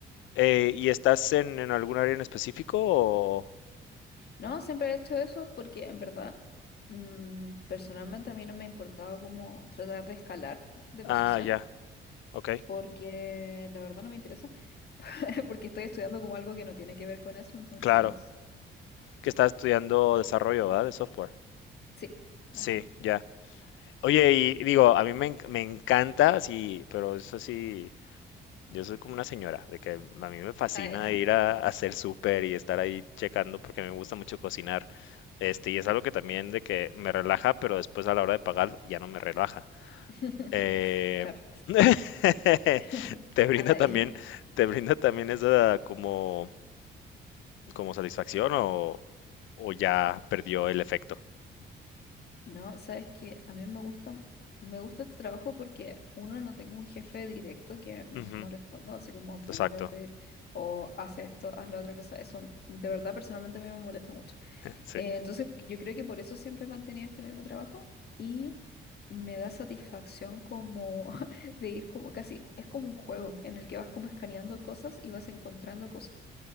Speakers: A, on the left; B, on the left.
A: Eh,
B: Sí.
A: ¿y estás en, en algún área en específico o...?
B: No, siempre he hecho eso porque en verdad, mm, personalmente a mí no me ha importado como tratar de escalar de
A: Ah,
B: posición.
A: ya, ok.
B: Porque la verdad no me interesa, <laughs> porque estoy estudiando como algo que no tiene que ver con eso, entonces,
A: Claro.
B: sí,
A: Que estás estudiando desarrollo, ¿verdad? De software.
B: sí,
A: Sí,
B: ajá.
A: ya. Oye, y digo, a mí me, en- me encanta, sí, pero eso sí, Yo soy como una señora, de que a mí me fascina
B: Ah,
A: ir a, a hacer súper y estar ahí checando porque me gusta mucho cocinar. Este, y es algo que también de que me relaja, pero después a la hora de pagar ya no me relaja.
B: <laughs>
A: Eh,
B: Claro,
A: <laughs>
B: <laughs>
A: te brinda
B: a nadie.
A: también, te brinda también esa como, como satisfacción o, o ya perdió el efecto.
B: No, sabes que a mí me gusta, me gusta este trabajo porque uno no tengo un jefe directo que me
A: Ujú,
B: esté molestando, así como apúrate
A: exacto,
B: o haz esto, haz la otra cosa. Eso de verdad personalmente a mí me molesta mucho.
A: sí.
B: Eh, entonces yo creo que por eso siempre he mantenido este mismo trabajo y me da satisfacción como <laughs> de ir como casi, es como un juego en el que vas como escaneando cosas y vas encontrando cosas.